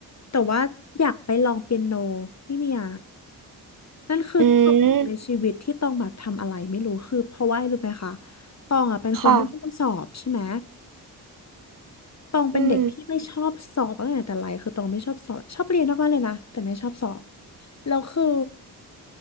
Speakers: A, on the left; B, on the right.
A: แต่ว่าอยากไปลองเปียโนพี่เมียนั่นคือจุดหนึ่งในชีวิตที่ตองแบบทำอะไรไม่รู้คือเพราะว่ารู้ไหมคะ
B: อืม
A: ตองอะเป็นคนไม่ชอบสอบใช่ไหม
B: ค่ะ
A: ตองเป็นเด็กที่ไม่ชอบสอบตั้งแต่แต่ไรคือตองไม่ชอบสอบชอบเรียนมากๆเลยนะแต่ไม่ชอบสอบ
B: อืม
A: แล้วคือ